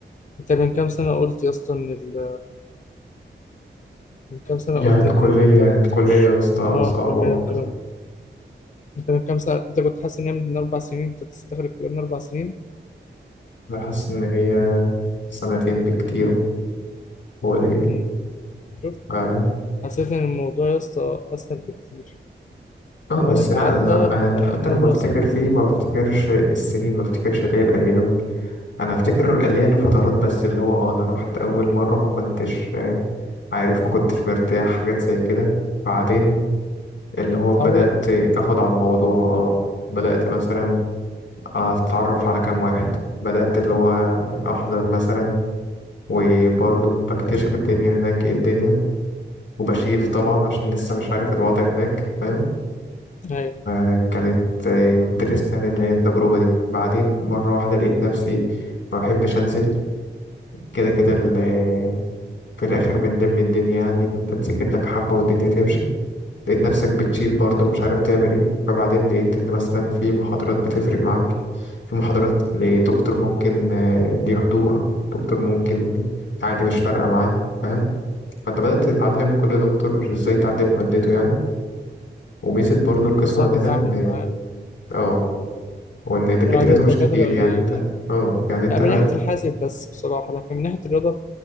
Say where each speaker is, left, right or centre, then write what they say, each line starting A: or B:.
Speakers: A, on the left; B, on the left.
A: انت من كام سنة قلت يا اسطى ان ال... من كام سنة
B: يعني
A: قلت
B: الكلية
A: ان انت
B: الكلية
A: تخش
B: يا اسطى
A: اه
B: صعبة
A: الكلية والكلام ده انت من كام سنة انت كنت حاسس ان هي من اربع سنين انت لسه داخل الكلية من اربع سنين
B: أنا حاسس إن هي سنتين بكتير وقليل
A: مم. شفت
B: اه
A: حسيت ان الموضوع يا اسطى اسهل بكتير
B: آه،
A: ان
B: بس
A: هو لما
B: لا
A: عدى
B: لا
A: بقى
B: أنا حتى
A: الموضوع
B: لما أفتكر
A: سهل
B: فيه ما بفتكرش السنين ما بفتكرش اللي هي الأيام أنا أفتكر اللي هي الفترات بس اللي هو اه أنا روحت أول مرة ما كنتش آه، عارف ما كنتش مرتاح حاجات زي كده بعدين اللي هو
A: اتعودت
B: بدأت أخد على الموضوع اه بدأت مثلا اتعرف على كام واحد بدأت اللي هو احضر مثلا وبرضه بكتشف الدنيا هناك ايه الدنيا وبشيل طبعا عشان لسه مش عارف الوضع هناك فاهم
A: ايوه
B: آه، كانت آه، كنت لسه يعني اللي هي التجربة دي بعدين مرة واحدة لقيت نفسي ما بحبش انزل كده كده ال- في الاخر بنلم الدنيا يعني انت تذاكر لك حبة والدنيا تمشي لقيت نفسك بتشيل برضه ومش عارف تعمل ايه فبعدين لقيت ان مثلا في محاضرات بتفرق معاك في محاضرات لدكتور ممكن آه، ليه حضور دكتور ممكن عادي مش فارقة معاه فاهم فانت بدأت تتعلم كل دكتور ازاي تعدي في مادته يعني وميزة برضه القسم
A: ازاي
B: عندنا
A: تتعامل
B: ان
A: معاه
B: اه وان دكاترته
A: وعدد الدكاترة
B: مش كتير
A: قليلين
B: يعني انت اه يعني انت
A: لا من
B: لا-
A: ناحية الحاسب بس بصراحة لكن من ناحية الرياضة